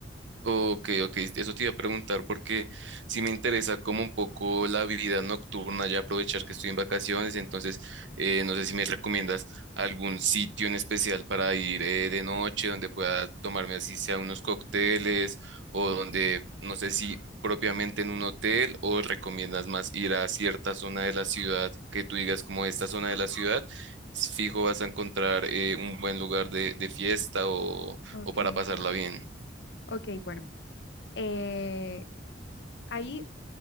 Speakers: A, on the right (about 75°); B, on the left (about 65°).
A: Ok, ok, eso te iba a preguntar porque sí me interesa como un poco la vida nocturna, ya aprovechar que estoy en vacaciones, entonces eh, no sé si me recomiendas algún sitio en especial para ir eh, de noche donde pueda tomarme así sea unos cócteles o donde
B: Okay,
A: no sé si propiamente en un hotel o recomiendas más ir a cierta zona de la ciudad que tú digas como esta zona de la ciudad, fijo vas a encontrar eh, un buen lugar de, de fiesta o,
B: ok.
A: o para pasarla bien.
B: Ok, bueno. eh, ahí